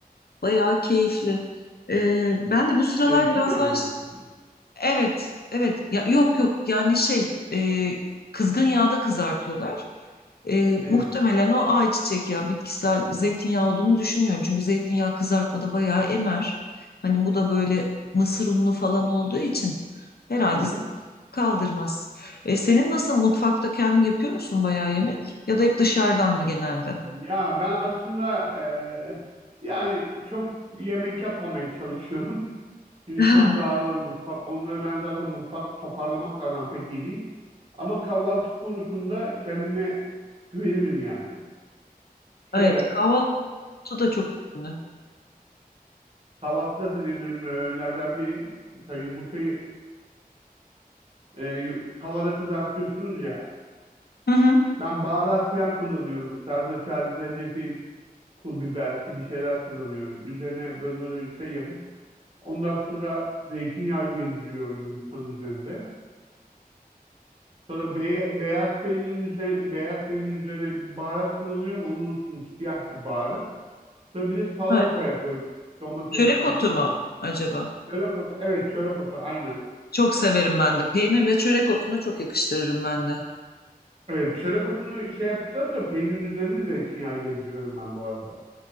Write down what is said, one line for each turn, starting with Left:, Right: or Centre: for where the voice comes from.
Left: bayağı keyifli. Ee, ben de bu sıralar
Right: Zeytinyağlı.
Left: biraz daha
Right: içinde.
Left: Evet, evet. Ya, yok yok yani şey e, kızgın yağda kızartıyorlar. E,
Right: Evet.
Left: muhtemelen o ayçiçek yağı, bitkisel zeytinyağı olduğunu düşünmüyorum. Çünkü zeytinyağı kızartmada bayağı emer. Hani bu da böyle mısır unlu falan olduğu için herhalde
Right: Hı hı.
Left: kaldırmaz. E, senin nasıl mutfakta kendin yapıyor musun bayağı yemek? Ya da hep dışarıdan mı genelde?
Right: Ya ben aslında eee, yani çok yemek yapmamaya çalışıyorum. Çünkü
Left: <laughs>
Right: çok dağılır mutfak. Onları ben zaten mutfak toparlamakla aram pek iyi değil. Ama kahvaltı konusunda kendime Güvenirim yani.
Left: Evet,
Right: Şöyle
Left: kahvaltı da çok önemli.
Right: kahvaltıda da denediğim öğünlerden biri. Mesela yumurtayı e, yu- tavada kızartıyorsunuz ya.
Left: Hı hı.
Right: Ben baharat falan kullanıyorum. Zerdeçal, zencefil, pul biber gibi şeyler kullanıyorum. Üzerine bunları şey yapıp ondan sonra zeytinyağı gezdiriyorum yumurtanın üzerinde. Sonra be- beyaz peynirin üzerine, beyaz peynirin üzerine bir baharat kullanıyorum. Onu unuttum. Siyah bir baharat. Sonra bir de salata
Left: Evet.
Right: yapıyorum. Domatesli.
Left: Çörek otu mu acaba?
Right: Çörek otu. Evet çörek otu aynen.
Left: Çok severim ben de. Peynirle çörek otunu çok yakıştırırım ben de.
Right: Evet, çörek otunu şey yaptıktan sonra peynirin üzerine zeytinyağı gezdiriyorum ben bu arada.